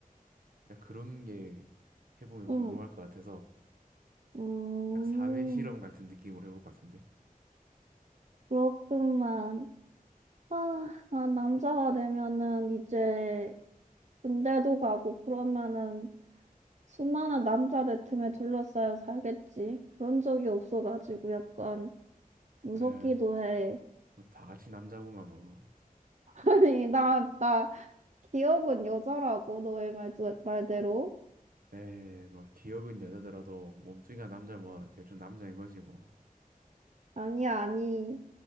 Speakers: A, on the right; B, on the right.
A: 진짜 그런 게 해보면 궁금할
B: 응.
A: 것 같아서
B: 음,
A: 약 사회 실험 같은 느낌으로 해볼 것 같은데.
B: 그렇구만. 아, 난 남자가 되면은 이제 군대도 가고 그러면은 수많은 남자들 틈에 둘러싸여 살겠지. 그런 적이 없어가지고 약간 무섭기도
A: 에이,
B: 해.
A: 뭐다 같이 남자구만 뭐.
B: <laughs> 아니, 나, 나, 기억은 여자라고, 너의 말, 말대로.
A: 에이, 뭐 기억은 여자더라도 몸뚱이가 남자 뭐 대충 남자인 거지 뭐.
B: 아니, 아니.